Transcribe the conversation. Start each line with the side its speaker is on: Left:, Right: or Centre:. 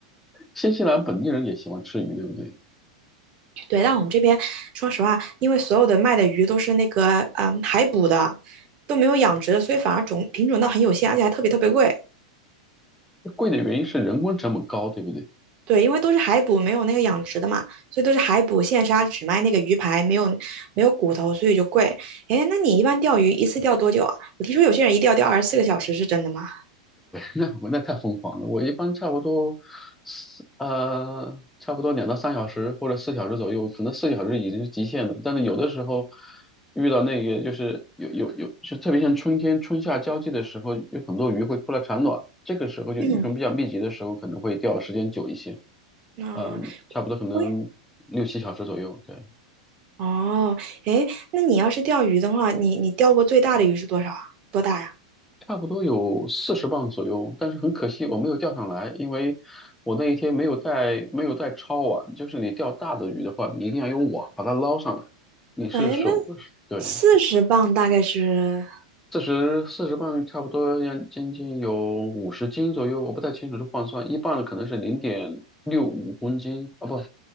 Centre: 新西兰本地人也喜欢吃鱼，对不对？
Right: 对，但我们这边说实话，因为所有的卖的鱼都是那个嗯海捕的，都没有养殖的，所以反而种品种倒很有限，而且还特别特别贵。
Centre: 贵的原因是人工成本高，对不对？
Right: 对，因为都是海捕，没有那个养殖的嘛，所以都是海捕现杀，只卖那个鱼排，没有没有骨头，所以就贵。哎，那你一般钓鱼一次钓多久啊？我听说有些人一钓钓二十四个小时，是真的吗？
Centre: 那我那太疯狂了，我一般差不多四呃，差不多两到三小时或者四小时左右，可能四小时已经是极限了。但是有的时候遇到那个就是有有有，就特别像春天春夏交际的时候，有很多鱼会出来产卵，这个时候就鱼群比较密集的时候，
Right: 嗯，
Centre: 可能会钓时间久一些，
Right: 那、
Centre: 嗯、差不多可能六七小时左右，
Right: 我也
Centre: 对。
Right: 哦，哎，那你要是钓鱼的话，你你钓过最大的鱼是多少啊？多大呀？
Centre: 差不多有四十磅左右，但是很可惜我没有钓上来，因为我那一天没有带没有带抄网，就是你钓大的鱼的话，你一定要用网把它捞上来。你是手，
Right: 哎，那
Centre: 对，
Right: 四十磅大概是。
Centre: 四十四十磅差不多要将近有五十斤左右，我不太清楚这换算，一磅可能是零点六五公斤啊，不，